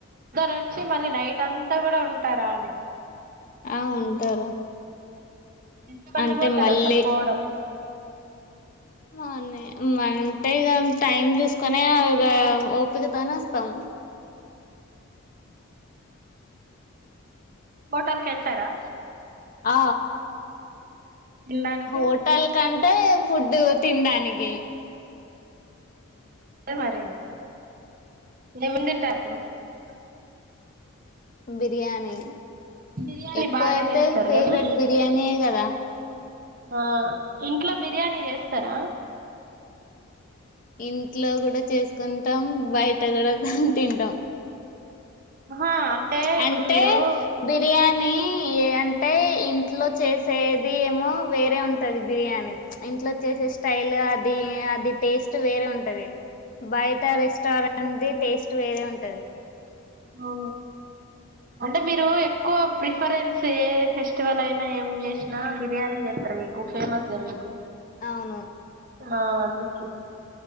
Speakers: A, on the right; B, on the left.
A: వచ్చి మళ్ళీ నైట్ అంతా కూడా ఉంటారా అని.
B: ఆ ఉంటారు
A: ఎంత మంది
B: అంటే
A: పోతారు
B: మళ్ళీ
A: అసలు పోవడం
B: మర్నింగ్ అంటే ఇగ టైం చూసుకోనే ఇగ ఓపికతోనే వస్తాం.
A: <inaudible> హోటల్ కి వెళ్తారా
B: ఆ
A: తినడానికి
B: హోటల్ కంటే ఫుడ్ తినడానికి
A: <unintelligible>
B: బిర్యానీ
A: బిర్యానీ
B: ఎక్కువ
A: బాగా
B: అయితే
A: చేస్తారు
B: ఫేవరెట్
A: కదా
B: బిర్యానీయే కదా
A: ఆ ఇంట్లో బిర్యానీ చేస్తారా
B: ఇంట్లో కూడా చేసుకుంటాం బయట కూడా తింటాం
A: ఆహా అంటే ఇప్పుడు
B: అంటే
A: మీరు
B: బిర్యానీ. అంటే ఇంట్లో చేసేది ఏమో వేరే ఉంటది బిర్యాని ఇంట్లో చే స్టైల్ అది అది టేస్ట్ వేరే ఉంటది. బయట రెస్టారెంట్దిి టేస్ట్ వేరే ఉంటది.
A: అవును. అంటే మీరు ఎక్కువ. డిప్రిఫరెన్స్ ఏ ఫెస్టివల్ అయినా ఏం చేసినా బిర్యానీ చేస్తారుగా మీకు ఫేమస్ గా మీకు
B: అవును.
A: ఆ అందుకే